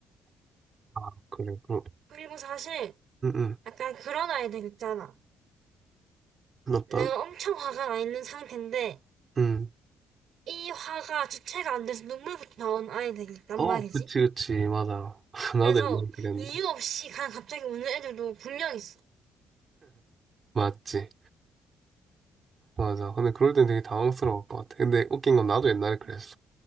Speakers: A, on the right; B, on the right.
A: 아, 그래, 그럼.
B: 그리고 사실
A: 응, 응.
B: 약간 그런 아이들 있잖아.
A: 어떤?
B: 내가 엄청 화가 나 있는 상태인데
A: 응.
B: 이 화가 주체가 안 돼서 눈물부터 나오는 아이들이 있단
A: 어,
B: 말이지.
A: 그치, 그치. 맞아. <laughs> 나도
B: 그래서
A: 옛날에 그랬는데.
B: 이유 없이 그냥 갑자기 우는 애들도 분명 있어.
A: 맞지. 맞아. 근데 그럴 땐 되게 당황스러울 것 같아. 근데 웃긴 건 나도 옛날에
B: 응.
A: 그랬어.